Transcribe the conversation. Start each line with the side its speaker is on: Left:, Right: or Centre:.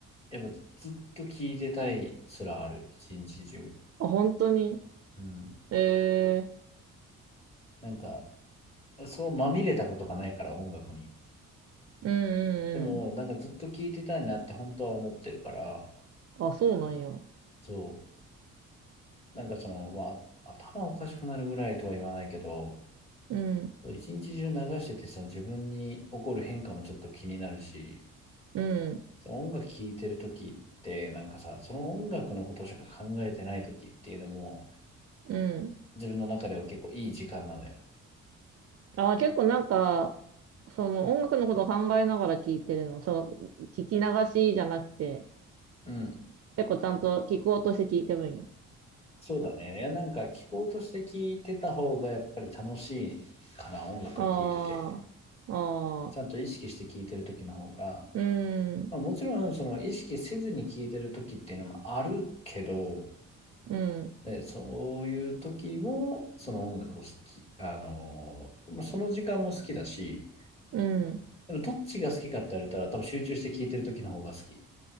Left: う、やっぱずっと聴いてたいすらある。一日中。
Right: あ。あ、本当に
Left: うん。
Right: ええ
Left: なんか、そうまみれたことがないから音楽に。
Right: うん
Left: でも、
Right: うん
Left: なんかずっと聴いてたいなって本当は思ってるから、
Right: うん。あ、そうなんや。う
Left: そう。なんかその、まあ、頭おかしくなるぐらいとは言わないけど、
Right: ん、
Left: 一日中流してて、その自分に起こる変化もちょっと気になるし、
Right: うん、
Left: その音楽聴いてる時って、なんかさ、その音楽のことしか考えてない時っていうのも、
Right: うん。
Left: 自分の中では結構いい時間なのよ。
Right: あ、結構なんか、その音楽のことを考えながら聞いてるの。その、聞き流しじゃなくて、
Left: うん。
Right: 結構ちゃんと聞こうとして聞いてるんよ。
Left: そうだね。いや、なんか聞こうとして聞いてた方がやっぱり楽しいかな、音楽は聞いてて。
Right: ああ、ああ、
Left: ちゃんと意識して聞いてる時の方が、
Right: うん、
Left: まあ、もちろんその意識せずに聞いてる時っていうのもあるけど、
Right: うん、
Left: で、そういう時も、その音楽を好き、あのその時間も好きだし、
Right: うん。
Left: でもどっちが好きかって言われたら、多分集中して聴いてる時の方が好き。